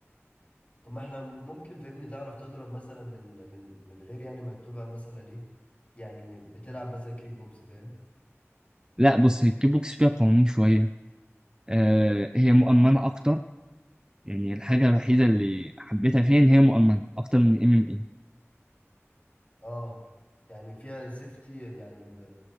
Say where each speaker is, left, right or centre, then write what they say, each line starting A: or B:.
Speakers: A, on the left; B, on the right.
A: طب ما احنا ممكن فهمني تعرف تضرب مثلا من من من غير يعني ما تبقى مثلا ايه يعني بتلعب مثلا كيك بوكس فاهم
B: لأ بص هي الكيك بوكس فيها قوانين شوية آه هي مؤمنة أكتر يعني الحاجة الوحيدة اللي حبيتها فيها إن هي مؤمنة أكتر من ام ام اي
A: اه يعني فيها سيفتي يعني ب...